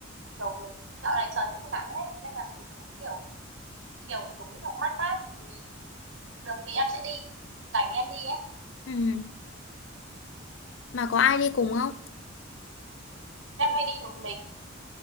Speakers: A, on the right (about 65°); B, on the left (about 65°).
A: kiểu buổi dạo này trời cũng nắng ấy. Nên là chỉ có kiểu chiều tối hoặc mát mát thì được thì em sẽ đi. Rảnh em đi ấy.
B: ừ mà có ai đi cùng không
A: Em hay đi một mình.